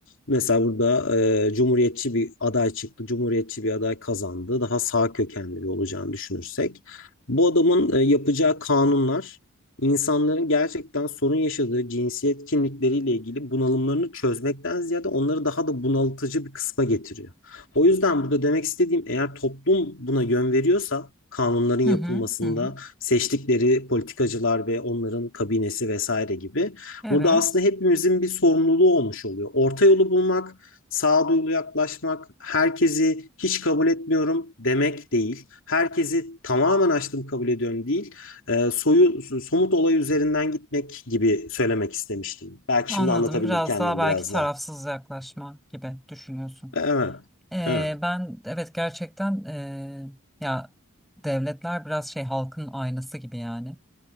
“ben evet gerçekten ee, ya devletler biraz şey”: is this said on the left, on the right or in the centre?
Centre